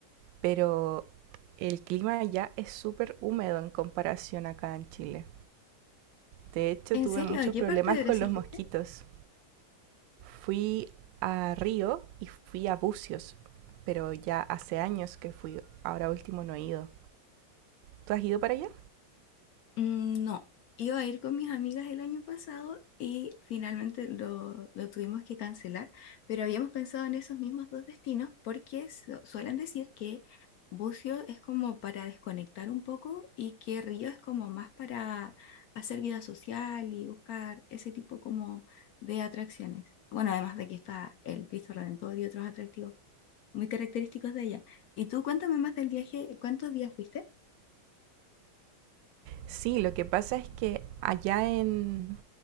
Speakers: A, on the right; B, on the left.
A: pero el clima allá es súper húmedo en comparación acá en Chile. De hecho,
B: ¿En
A: tuve
B: serio?
A: muchos
B: ¿A qué
A: problemas
B: parte de
A: con
B: Brasil
A: los
B: fuiste?
A: mosquitos. Fui a Río y fui a Bucios, pero ya hace años que fui, ahora último no he ido. ¿Tú has ido para allá?
B: Mm, No, iba a ir con mis amigas el año pasado y finalmente lo, lo tuvimos que cancelar, pero habíamos pensado en esos mismos dos destinos porque su- suelen decir que Bucio es como para desconectar un poco y que Río es como más para hacer vida social y buscar ese tipo como de atracciones. Bueno, además de que está el Cristo Redentor y otros atractivos muy característicos de ella. Y tú cuéntame más del viaje, ¿cuántos días fuiste?
A: Sí, lo que pasa es que allá en,